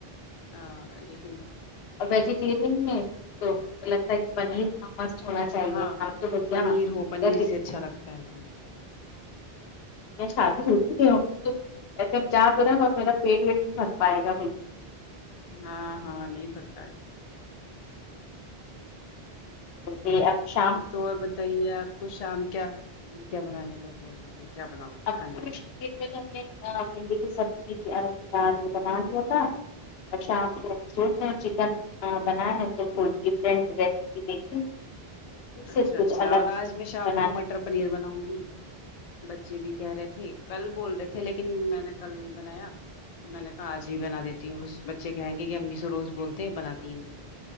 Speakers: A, on the left; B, on the left.
A: ہاں لیکن
B: ویجیٹییرن میں تو لگتا ہے پنیر مسٹ ہونا چاہیے
A: ہاں
B: ہم تو بھیا
A: پنیر
B: ہ
A: ہو پنیر
B: اگر ک
A: سے اچھا لگتا ہے
B: شادی ہوتی ایسے ج تو رہا میرا پیٹ ویٹ نہیں بھر پائے گا پھر
A: ہاں ہاں نہیں بھرتا ہے
B: اکشا <inaudible>
A: تو اور بتائیے آپ کو شام کیا ہے شام میں کیا بنانے کا پروگرام ہے کیا بناؤں گے
B: اب
A: کھانے
B: کچھ
A: میں
B: دن میں تو ہم نے بھنڈی کی سبزی ارب کی دال یہ بنا لیا تھا اچھا آپ کو سو چکن بنا ہے تو کوئی فرنٹ ریسیپی دیکھیں یوٹیوب سے
A: اچھا
B: کچھ
A: اچھا
B: الگ
A: اور آج میں شام
B: بنا
A: کو
B: ہے
A: مٹر پنیر بناؤں گی بچے بھی کہہ رہے تھے کل بول رہے تھے لیکن میں نے کل نہیں بنایا میں نے کہا آج بھی بنا دیتی ہوں بس بچے کہیں گے کہ امی سو روز بولتے ہے بناتی ہی نہیں